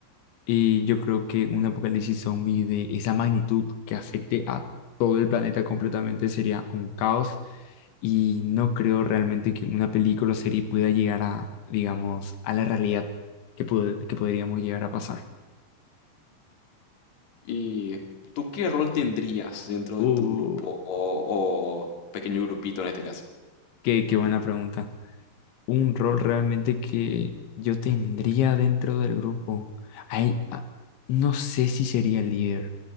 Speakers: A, on the left (about 85°); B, on the left (about 45°).
A: y yo creo que un apocalipsis zombie de esa magnitud que afecte a todo el planeta completamente sería un caos y no creo realmente que una película o serie pueda llegar a, digamos, a la realidad que, pod- que podríamos llegar a pasar.
B: ¿Y tú qué rol tendrías dentro
A: Uh,
B: de tu grupo o, o pequeño grupito en este caso?
A: qué, qué buena pregunta. un rol realmente que yo tendría dentro del grupo. Ay, ah, no sé si sería líder,